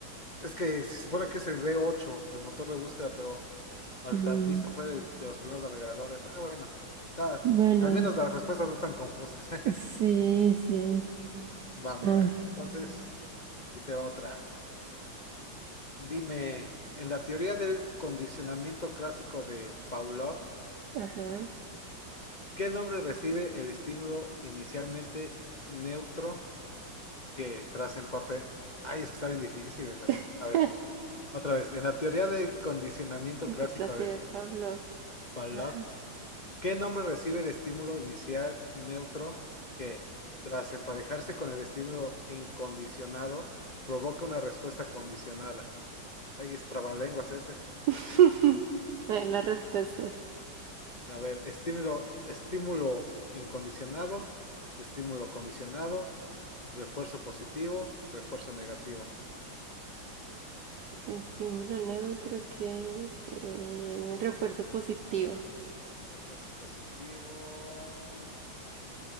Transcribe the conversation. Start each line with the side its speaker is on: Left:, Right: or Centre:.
Left: Es que se supone que es el b ocho, el motor de búsqueda, pero Altavista
Right: Mm,
Left: fue el- de los primeros navegadores. Ah, bueno, está,
Right: bueno,
Left: al menos
Right: y-
Left: las respuestas no están confusas. <laughs>
Right: sí, sí.
Left: Va, amiga.
Right: A ver.
Left: Entonces, ahí te va otra. Dime, en la teoría del condicionamiento clásico de Pavlov,
Right: Ajá.
Left: ¿Qué nombre recibe el estímulo inicialmente neutro que tras empape? Ay, es que está bien difícil esa, amiga.
Right: <laughs>
Left: A ver, otra vez. En la teoría de condicionamiento
Right: De
Left: clásico
Right: clase
Left: de
Right: de Pablo.
Left: Pavlov,
Right: Ajá.
Left: ¿qué nombre recibe el estímulo inicial neutro que tras emparejarse con el estímulo incondicionado provoca una respuesta condicionada? Ay, es trabalenguas ese.
Right: <laughs> A ver, las respuestas.
Left: A ver, estímulo, estímulo incondicionado, estímulo condicionado Refuerzo positivo, refuerzo negativo.
Right: Estímulo neutro que eh, un refuerzo positivo.
Left: Refuerzo positivo.